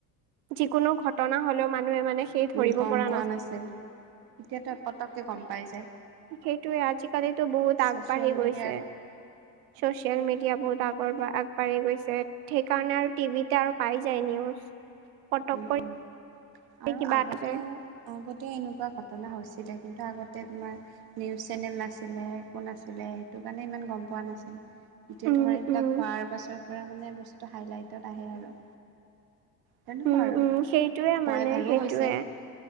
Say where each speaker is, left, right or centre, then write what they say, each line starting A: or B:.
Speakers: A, on the right; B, on the right.
A: যিকোনো ঘট ঘটনা হ'লেও মানুহে মানে সেই ধৰিব
B: উম, গ'ম
A: পৰা
B: পোৱা নাছিল, এতিয়াতো পতককে গম পাই যায়।
A: সেইটোৱে, আজিকালিতো বহুত আগবাঢ়ি
B: ছ'চিয়েল মিডিয়াত
A: গৈছে। ছ'চিয়েল মিডিয়া বহুত আগৰ বাগ বাঢ়ি গৈছে, সেইকাৰণে আৰু টিভিতে আৰু পাই যায় নিউজ। পটক
B: উম,
A: কৰি
B: উম আৰু
A: কিবা
B: আগতেও
A: এটা যায়।
B: আগতেও এনেকুৱা ঘটনা হৈছিলে, কিন্তু আগতে তোমাৰ নিউজ চেনেল নাছিলে একো নাছিলে, সেইটো কাৰণে ইমান গ'ম পোৱা নাছিল। এতিয়া
A: উম,
B: তোমাৰ এইবিলাক
A: উম,
B: হোৱাৰ পাছৰ পৰা মানে বস্তু হাইলাইটত আহে আৰু। তেনেকুৱা
A: উম,
B: আৰু
A: উম, সেইটোয়ে
B: হোৱাই
A: মানে
B: ভালো
A: সেইটোয়ে,
B: হৈছে।